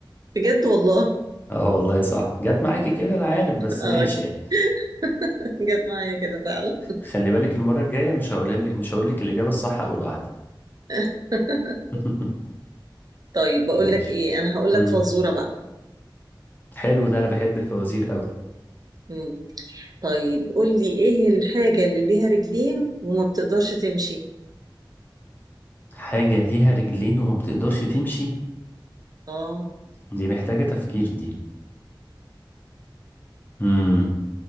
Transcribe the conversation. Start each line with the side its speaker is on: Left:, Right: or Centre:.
Right: بجد والله
Left: اه والله صح جت معاكي كده أنا عارف بس
Right: اه
Left: ماشي يعني
Right: <laughs> جت معايا كده فعلا
Left: خلي بالك المرة الجاية مش هقولها لك مش هقول لك الإجابة الصح أول واحدة
Right: <laughs>
Left: <laughs>
Right: طيب بقول
Left: ماشي
Right: لك ايه انا هقول
Left: مم.
Right: لك فزورة بقى
Left: حلو ده أنا بحب الفوازير أوي
Right: مم. طيب قول لي ايه الحاجة اللي ليها رجلين وما بتقدرش تمشي
Left: حاجة ليها رجلين وما بتقدرش تمشي
Right: اه
Left: دي محتاجة تفكير دي مم.